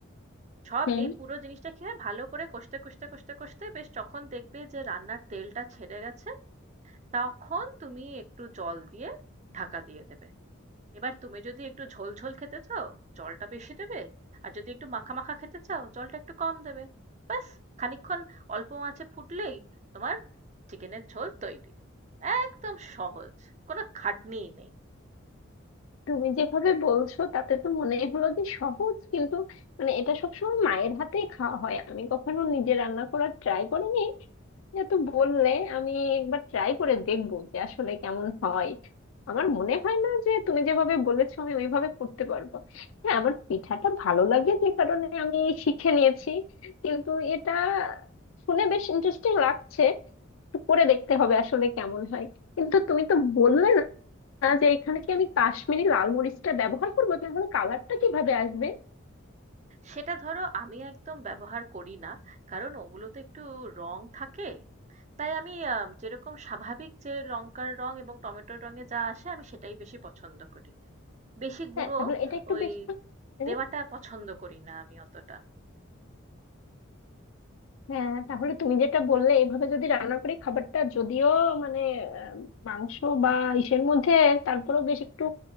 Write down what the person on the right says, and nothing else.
সব
এই পুরো জিনিসটা কি হয় ভালো করে কষতে কষতে কষতে কষতে বেশ যখন দেখবে যে রান্নার তেলটা ছেড়ে গেছে তখন তুমি একটু জল দিয়ে ঢাকা দিয়ে দেবে এবার তুমি যদি একটু ঝোল ঝোল খেতে চাও জলটা বেশি দেবে আর যদি একটু মাখা মাখা খেতে চাও জলটা একটু কম দেবে ব্যাস খানিকক্ষণ অল্প আঁচে ফুটলেই তোমার চিকেনের ঝোল তৈরি একদম সহজ কোনো খাটনিই নেই
সেটা ধরো আমি একদম ব্যবহার করি না কারণ ওগুলোতে একটু রং থাকে তাই আমি আহ, যেরকম স্বাভাবিক যে লঙ্কার রং এবং টমেটোর রঙে যা আসে আমি সেটাই বেশি পছন্দ করি বেশি
গুঁড়ো
ওই
দেওয়াটা পছন্দ করি না আমি অতটা